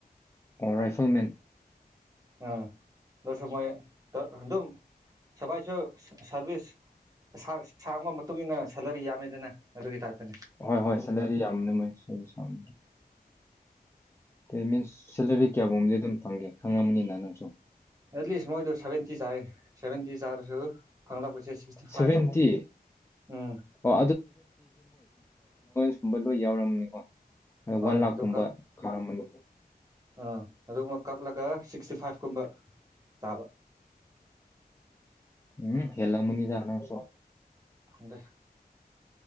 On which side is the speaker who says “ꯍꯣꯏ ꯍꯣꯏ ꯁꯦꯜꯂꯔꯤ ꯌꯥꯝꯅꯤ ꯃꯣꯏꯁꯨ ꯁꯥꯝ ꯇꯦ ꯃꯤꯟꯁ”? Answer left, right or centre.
Left